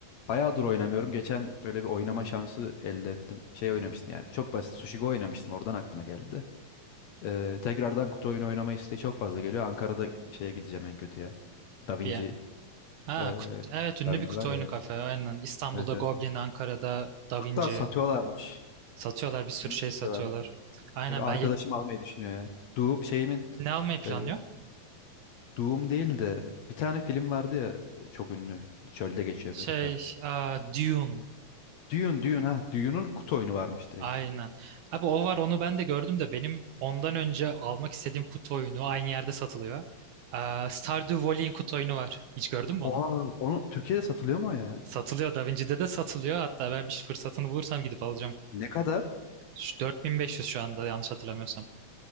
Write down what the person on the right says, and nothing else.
Bir, Ha,
kut- evet ünlü
bir kutu
oyunu
kafe. Aynen. İstanbul'da
Goblin, Ankara'da Da
Vinci.
Satıyorlar
bir sürü
şey
satıyorlar. Aynen
ben ye-
ne almayı planlıyor?
Şey,
aa, Dune.
Aynen. Abi o var onu ben de gördüm de benim ondan önce almak istediğim kutu oyunu aynı yerde satılıyor. Aa, Stardew Valley'in kutu oyunu var. Hiç gördün mü
onu?
Satılıyor. Da Vinci'de de satılıyor. Hatta ben bir fırsatını bulursam gidip alacağım.
Şu 4500 şu anda yanlış hatırlamıyorsam.